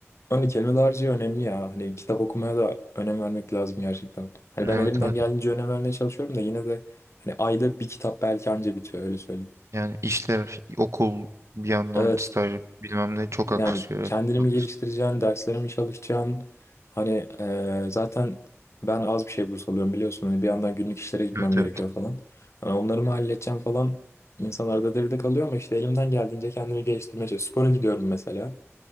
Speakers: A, on the left (about 65°); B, on the right (about 70°).
A: Hani kelime dağarcığı önemli ya. Hani kitap okumaya da önem vermek lazım gerçekten. Hani ben
B: Evet
A: elimden
B: evet.
A: geldiğince önem vermeye çalışıyorum da yine de hani ayda bir kitap belki anca bitiyor öyle söyleyeyim.
B: Yani işler, okul, bir yandan
A: Evet.
B: staj bilmem ne çok aksıyor.
A: Yani kendini
B: Haklısın.
A: mi geliştireceksin, derslere mi çalışacaksın? Hani e, zaten ben az bir şey burs alıyorum biliyorsun. Hani bir yandan günlük işlere gitmem
B: Evet
A: gerekiyor
B: evet.
A: falan. Hani onları mı halledeceğim falan. İnsanlarda devide kalıyor ama işte elimden geldiğince kendimi geliştirmeye çalışıyorum. Spora gidiyorum mesela.